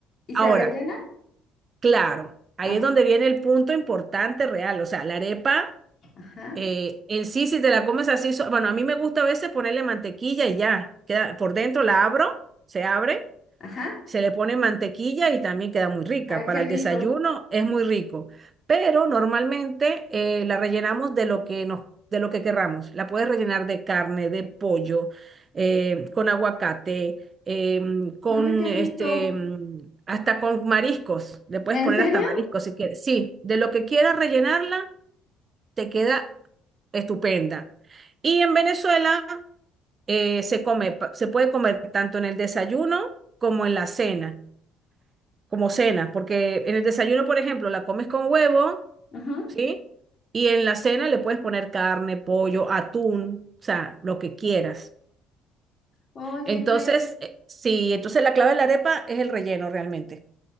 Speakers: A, on the left (about 45°); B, on the right (about 35°).
A: ¿Y
B: Ahora,
A: se rellenan?
B: claro, ahí
A: Ok.
B: es donde viene el punto importante real. O sea, la arepa.
A: Ajá,
B: Eh, en sí, si te la comes así, so- bueno, a mí me gusta a veces ponerle mantequilla y ya, queda por dentro la abro, se abre,
A: ajá.
B: se le pone mantequilla y también queda muy rica.
A: Ay,
B: Para
A: qué rico.
B: el desayuno es muy rico, pero normalmente eh, la rellenamos de lo que nos, de lo que querramos. La puedes rellenar de carne, de pollo, eh, con aguacate, em, con
A: Ay, qué
B: este,
A: rico.
B: em, hasta con mariscos. Le puedes
A: ¿En
B: poner
A: serio?
B: hasta mariscos si quieres. Sí, de lo que quieras rellenarla te queda estupenda. Y en Venezuela eh, se come, pa- se puede comer tanto en el desayuno como en la cena, como cena, porque en el desayuno, por ejemplo, la comes con huevo,
A: Ajá.
B: ¿sí? Y en la cena le puedes poner carne, pollo, atún, o sea, lo que quieras.
A: Oye,
B: Entonces,
A: qué rico.
B: eh, sí, entonces la clave de la arepa es el relleno realmente.